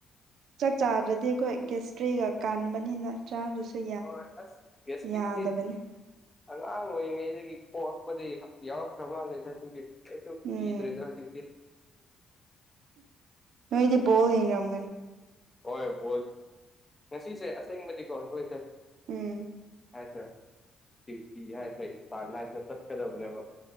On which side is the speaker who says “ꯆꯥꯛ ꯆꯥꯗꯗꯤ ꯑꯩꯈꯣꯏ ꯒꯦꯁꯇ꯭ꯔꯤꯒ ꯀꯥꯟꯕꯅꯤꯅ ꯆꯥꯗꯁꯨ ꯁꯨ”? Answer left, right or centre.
Right